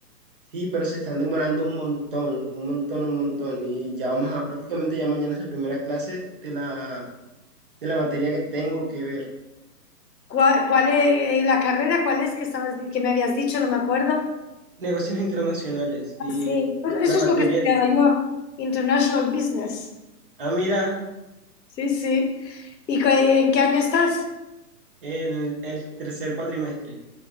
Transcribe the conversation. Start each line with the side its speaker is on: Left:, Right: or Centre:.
Right: sí, pero se están demorando un montón, un montón, un montón. Y ya vamos a, prácticamente ya mañana es la primera clase de la, de la materia que tengo que ver.
Left: ¿Cuál, cuál es la carrera? ¿Cuál es que estabas, que me habías dicho? No me acuerdo.
Right: Negocios internacionales y
Left: Ah, Sí, Pues
Right: la
Left: eso
Right: materia,
Left: es lo que he estudiado yo, International Business.
Right: ah, mira,
Left: Sí, sí. ¿Y cu- en qué año estás?
Right: el, el tercer cuatrimestre.